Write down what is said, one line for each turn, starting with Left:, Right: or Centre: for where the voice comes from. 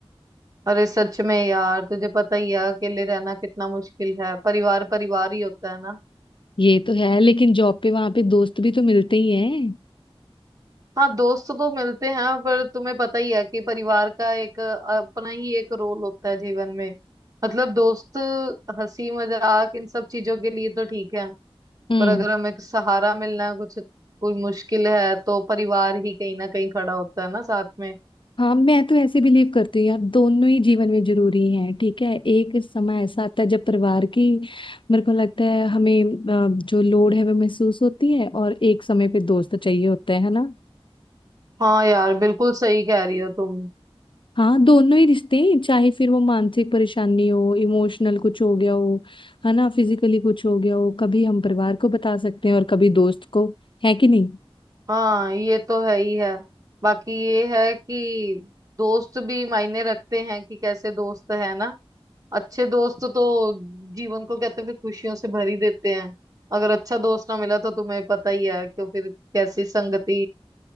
Right: अरे सच में यार तुझे पता ही है अकेले रहना कितना मुश्किल है परिवार परिवार ही होता है ना
Left: ये तो है लेकिन जॉब पे वहां पे दोस्त भी तो मिलते ही हैं
Right: हाँ दोस्त तो मिलते हैं पर तुम्हें पता ही है कि परिवार का एक अपना ही एक रोल होता है जीवन में मतलब दोस्त हंसी मजाक इन सब चीजों के लिए तो ठीक है
Left: हम्म
Right: पर अगर हमें एक सहारा मिलना है कुछ कोई मुश्किल है तो परिवार ही कहीं ना कहीं खड़ा होता है ना साथ में
Left: हाँ मैं तो ऐसे बिलीव करती हूँ यार दोनों ही जीवन में जरूरी हैं ठीक है एक समय ऐसा आता है जब परिवार की मेरे को लगता है हमें अ, जो लोड है वो महसूस होती है और एक समय पे दोस्त चाहिए होते हैं है ना
Right: हाँ यार बिल्कुल सही कह रही हो तुम
Left: हाँ दोनों ही रिश्ते हैं चाहे फिर वो मानसिक परेशानी हो इमोशनल कुछ हो गया हो है ना फिजिकली कुछ हो गया हो कभी हम परिवार को बता सकते हैं और कभी दोस्त को है कि नहीं
Right: हाँ ये तो है ही है बाकी ये है कि दोस्त भी मायने रखते हैं कि कैसे दोस्त है ना अच्छे दोस्त तो जीवन को कहते हैं कि खुशियों से भर ही देते हैं अगर अच्छा दोस्त ना मिला तो तुम्हें पता ही है कि फिर कैसी संगति